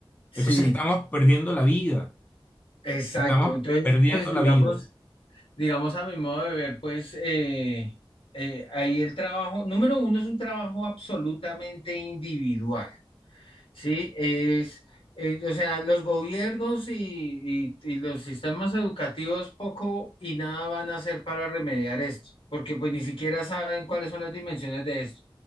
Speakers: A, on the left (about 65°); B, on the left (about 15°).
A: Sí,
B: Entonces estamos perdiendo la vida,
A: exacto.
B: estamos
A: Entonces,
B: perdiendo
A: pues digamos,
B: la vida.
A: digamos a mi modo de ver, pues eh, eh, ahí el trabajo, número uno es un trabajo absolutamente individual. ¿sí? Es, eh, o sea, los gobiernos y, y- y los sistemas educativos poco y nada van a hacer para remediar esto, porque pues ni siquiera saben cuáles son las dimensiones de esto.